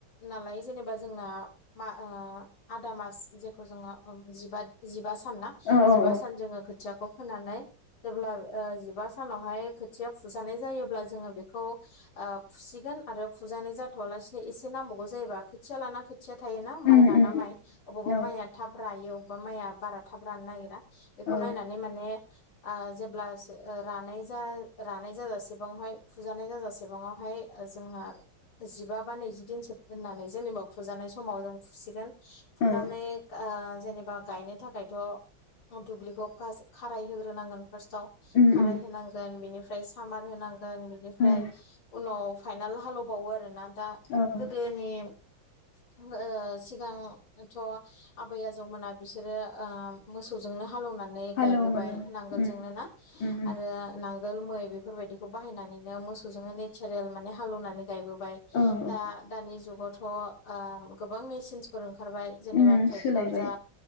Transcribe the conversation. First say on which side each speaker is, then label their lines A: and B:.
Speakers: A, on the left (about 85°); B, on the left (about 65°).
A: नालाय जेनेबा जोंना मा ओ आदा मास जेखौ जों जिबा जिबा सान ना
B: औ औ
A: जिबा
B: औ
A: सान जोङो खोथियाखौ फोनानै जेब्ला ओ जिबा सानावहाय खोथिया फुजानाय जायोब्ला जोङो बेखौ ओ फुसिगोन आरो फुजानाय जाथ'वलासे एसे नांबावगौ जायोबा खोथिया लाना खोथिया थायो ना
B: उम
A: माइ लाना
B: उम उम
A: माइ अबावबा माइआ थाब रायो बबेबा माइआ बारा थाब रानो नागिरा बेखौ
B: औ
A: नायनानै माने ओ जेब्ला रानाय रानाय जाजासेबांहाय फुजानाय जाजासेबांआवहाय जोङो जिबा बा नैजि दिनसो दोननानै जेनेबा फुजानाय समाव जों फुसिगोन फुनानै
B: औ
A: ओ जेनेबा बा गायनो थाखायथ' दुब्लिखौ फास खाराय होग्रोनांगोन फार्स्टआव
B: उम
A: खाराय
B: उम
A: होनांगोन बेनिफ्राय सामार होनांगोन गोन बिनिफ्राय
B: उम
A: उनाव फाइनाल हालेवबावो आरोना दा
B: औ
A: गोदोनि <inaudible> ओ सिगांथ' आबै आजौमोना बिसोरो ओ मोसौजोंनो हालौनानै
B: हालेवोमोन
A: गायबोबाय
B: औ
A: नांगोलजोंनो
B: उम
A: ना
B: उम
A: आरो नांगोल मै बेफोरबायदिखौ बाहायनानैनो मोसौजोंनो नेचारेल माने हालौवनानै गायबोबाय
B: औ
A: दा
B: औ
A: दानि जुगावथ' ओ गोबां मेसिनसफोर ओंखार ओंखारबाय जेनेबा
B: उम
A: ट्रेक्टर
B: सोलायबाय
A: जा